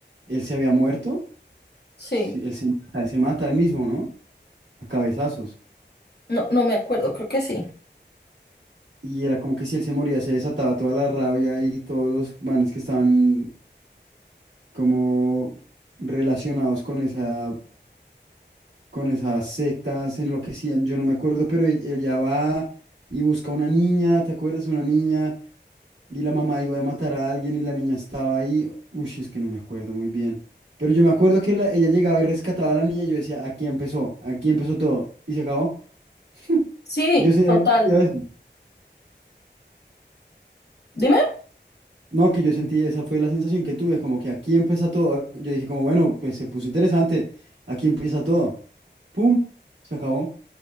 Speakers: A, on the right; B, on the left.
A: él se había muerto,
B: sí.
A: sí él se mata, él se mata él mismo, ¿no? A cabezazos.
B: No, no me acuerdo, creo que sí.
A: Y era como que si él se moría se desataba toda la rabia y todos los manes que estaban como relacionados con esa con esas sectas enloquecían, yo no me acuerdo, pero e- ella va y busca una niña, ¿te acuerdas? Una niña y la mamá iba a matar a alguien y la niña estaba ahí. Uy, es que no me acuerdo muy bien. Pero yo me acuerdo que la- ella llegaba y rescataba a la niña y yo decía, aquí empezó, aquí empezó todo. Y se acabó. <laughs>
B: Sí,
A: Yo sé, había
B: total.
A: entendido eso.
B: Dime.
A: No, que yo sentí, esa fue la sensación que tuve, como que aquí empieza todo. Yo dije como, bueno, pues se puso interesante, aquí empieza todo. ¡Pum! Se acabó.